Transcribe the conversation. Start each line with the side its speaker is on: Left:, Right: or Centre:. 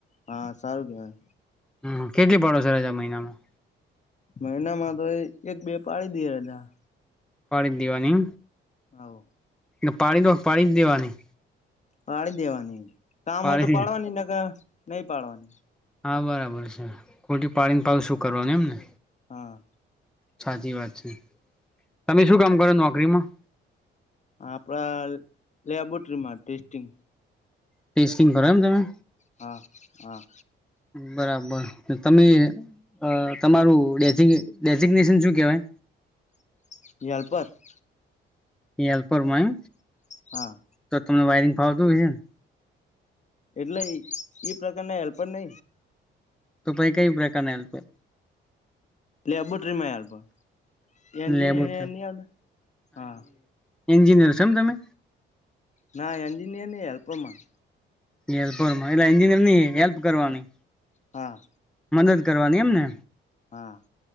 Left: હા સારું કેવાય.
Centre: હ કેટલી પડોસર રાજા મહિનામાં.
Left: મહિનામાં તો એ એક બે પાડી દિ હતા.
Centre: પાડી દીવા ની
Left: હવો.
Centre: ને પાડી દો પાડી જ દેવાની.
Left: પાડી દેવાની, કામ
Centre: પાડી
Left: હોય તો પાડવાની નક નઈ પાડવાની.
Centre: હા બરાબર છે ખોટી પાડીને પાવ શું કરવાનું એમ ને?
Left: હા.
Centre: સાચી વાત છે, તમે શું કામ કરો નોકરીમાં?
Left: આપડા લેબોરેટરી માં ટેસ્ટિંગ.
Centre: ટેસ્ટિંગ કરો એમ તમે?
Left: હા, હા.
Centre: બરાબર તો તમે અ તમારું ડેઝી ડેઝિગ્નેશન શું કેવાય.
Left: <unintelligible>
Centre: ઈ હાલ પર માં.
Left: હા.
Centre: તો તમને વાયરીંગ ફાવતું હોઈએ.
Left: એટલે ઈ ઈ પ્રકારના હેલ્પર ને
Centre: તો પાઇ કઈ પ્રકારના હેલ્પર
Left: લેબોરેટરીમાં હેલ્પર ત્યાં એન્જિનિયર
Centre: લેબો છે.
Left: નહી આવતા હા.
Centre: એન્જિનિયર છે ન તમે.
Left: ના એન્જિનીયર ની હેલ્પરમાં.
Centre: એલ્પરમાં એટલે એન્જિનિયર નહીં હેલ્પ કરવાની.
Left: હા.
Centre: મદદ કરવાની એમ ને.
Left: હા.